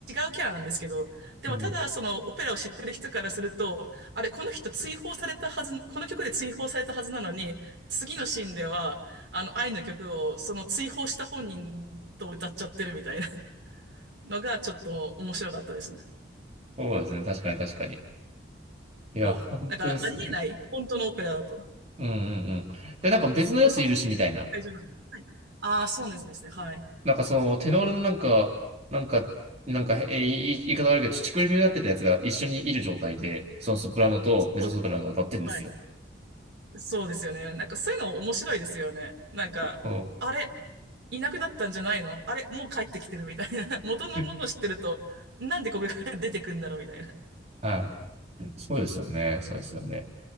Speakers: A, on the right; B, on the right.
A: うキャラなんですけど、でもただそのオペラを知ってる人からすると、
B: うんうん、
A: あれ、この人追放されたはず、この曲で追放されたはずなのに、次のシーンでは、あの、愛の曲をその追放した本人と歌っちゃってるみたいなのがちょっと面白かったですね。
B: そうですね。確かに確かに。いや、
A: そう。
B: 本当ですよね。
A: だからありえない、本当のオペラだと。
B: うんうんうん。で、なんか別のやついるし、
A: そう、そこで会場なのに。
B: みたいな。
A: はい。ああ、そうですね。はい。
B: なんかその、テノールのなんか、なんか、なんか、えー言い言い方悪いけど、乳首病になってたやつが一緒にいる状態で、そのソプラノとメゾソプラノが歌ってるんですよ。
A: そう、はい。そうですよね。なんかそういうの面白いですよね。なんか、
B: うん。
A: あれ、いなくなったんじゃないのあれ、もう帰ってきてるみたいな。<laughs> 元のものを知ってると、
B: <laughs>
A: なんでここから出てくんだろうみたいな。
B: はい。そうですよね。そうですよね。